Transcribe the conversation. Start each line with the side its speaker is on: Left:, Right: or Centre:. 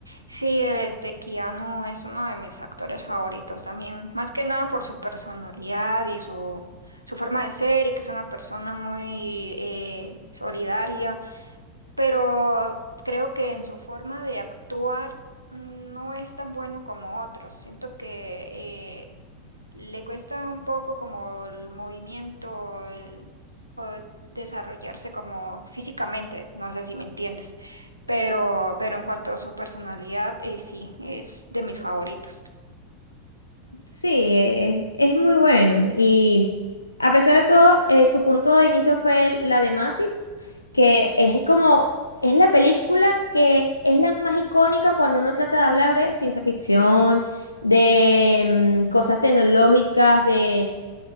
Right: Sí, este Keanu es uno de mis actores favoritos también, más que nada por su personalidad y su, su forma de ser y que es una persona muy eh, solidaria, pero creo que en su forma de actuar mm, no es tan bueno como otros. Siento que eh, le cuesta un poco como el movimiento, el o desarrollarse como físicamente, no sé si me entiendes, pero, pero en cuanto a su personalidad, eh, sí, es de mis favoritos.
Left: Sí, es, es muy bueno. Y a pesar de todo, eh, su punto de inicio fue el- la de Matrix, que es como, es la película que es la más icónica cuando uno trata de hablar de ciencia ficción, de mm, cosas tecnológicas, de